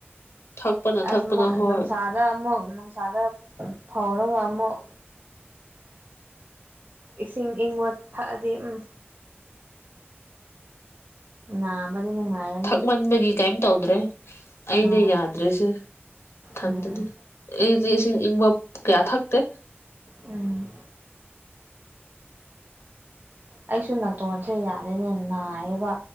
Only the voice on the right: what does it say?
ꯑꯁ ꯃꫭ
ꯅꯨꯡꯁꯥꯗ ꯃꯨꯛ ꯅꯨꯡꯁꯥꯗ ꯐꯥꯎꯔꯒ ꯑꯃꯨꯛ ꯏꯁꯤꯡ ꯏꯪꯕ ꯊꯛꯑꯗꯤ ꯎꯝ ꯅꯥꯞ ꯕꯅꯤ ꯅꯨꯡꯉꯥꯏꯔꯅꯤ
ꯎꯝ
ꯎꯝ
ꯎꯝ ꯑꯩꯁꯨ ꯅꯥꯇꯣꯟꯁꯦ ꯌꯥꯔꯦꯅꯦ ꯅꯥꯏꯌꯦꯕ꯫